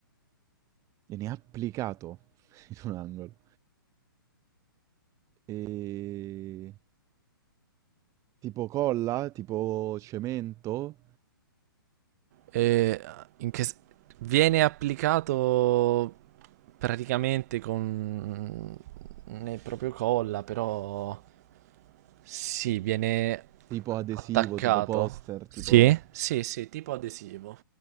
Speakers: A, on the right (about 25°); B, on the right (about 45°).
A: e ne ha applicato <laughs> in un angolo. E Tipo colla? Tipo cemento?
B: E in che... s- Viene applicato praticamente con... nel proprio colla, però... Sì, viene
A: Tipo adesivo?
B: Attaccato.
A: Tipo poster?
B: Sì?
A: Tipo...
B: Sì, sì, tipo adesivo.